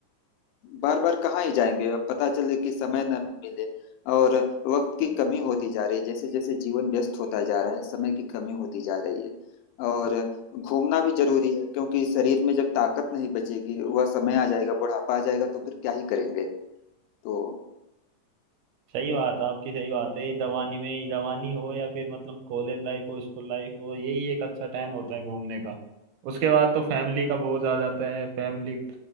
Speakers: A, on the left (about 80°); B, on the right (about 80°).
A: बार बार कहाँ ही जाएंगे अब पता चले कि समय न मिले और वक्त की कमी होती जा रही है जैसे जैसे जीवन व्यस्त होता जा रहा है समय की कमी होती जा रही है और घूमना भी जरूरी है क्योंकि शरीर में जब ताकत नहीं बचेगी वह समय आ जाएगा बुढ़ापा आ जाएगा तो फिर क्या ही करेंगे तो
B: सही बात है आपकी सही बात है ये जवानी में ये जवानी हो या फिर मतलब कॉलेज लाइफ हो स्कूल लाइफ हो यही एक अच्छा टाइम होता है घूमने का उसके बाद तो फैमिली का बोझ आ जाता है फैमिली